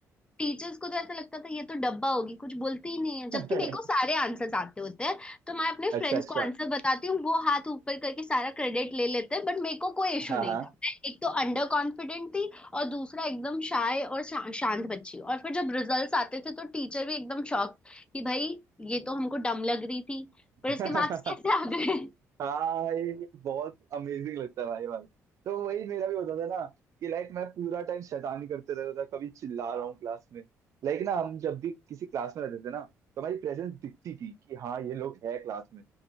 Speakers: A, on the left; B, on the right.
A: टीचर्स को तो ऐसा लगता था ये तो डब्बा होगी कुछ बोलती ही नहीं है
B: साहब
A: जबकि मेरे को सारे
B: <laughs>
A: आंसर्स आते होते हैं तो मैं अपने
B: अच्छा
A: फ्रेंड्स
B: अच्छा
A: को आंसर बताती हूँ वो हाथ ऊपर करके सारा क्रेडिट ले लेते हैं बट मेरे को कोई इशू
B: हाँ
A: नहीं
B: हाँ
A: था मैं एक तो अंडर कॉन्फिडेंट थी और दूसरा एकदम शाय और शा, शांत बच्ची और फिर जब रिजल्ट्स आते थे तो टीचर भी एकदम शॉक कि भाई ये तो हमको डम लग रही थी पर
B: <laughs>
A: इसके मार्क्स कैसे आ गए
B: हाँ ये बहुत अमेजिंग लगता है भाई भाई तो वही मेरा भी होता था ना कि लाइक मैं पूरा टाइम शैतानी करते रहता था कभी चिल्ला रहा हूँ क्लास में लाइक ना हम जब भी किसी क्लास में रहते थे ना तो हमारी प्रेजेंस दिखती थी कि हाँ ये लोग है क्लास में